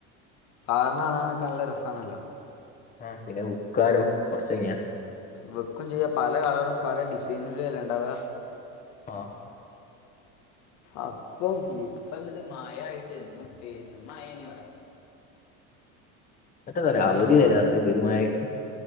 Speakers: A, on the left; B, on the left.
A: പാറിന് കാണാനൊക്കെ നല്ല രസാണല്ലോ
B: ആ പിന്നെ വിക്കാനും കുറച്ച് കഴിഞ്ഞ
A: വിക്കും ചെയ്യാ പല കളറും പല ഡിസൈനില്ലെ ഇണ്ടാവാ
B: ആ
A: അപ്പം ഇപ്പംന്നട്ട് മയായിട്ട് ന്ന് പെരുമയെനി ഇവിടെ
B: ട്ടന്താ അവധി
A: എന്നും
B: തരാത്തത്പേരു മയായിട്ട്